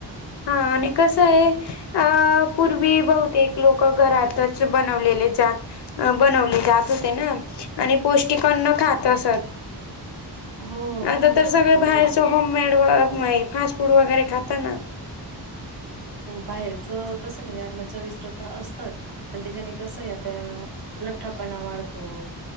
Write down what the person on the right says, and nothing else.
हो
म्हणजे
बाहेरच कस म्हणजे अण्ण चविष्ट तर असतच. आणि त्याच्याने कसं आता लठ्ठापणा वाढतो.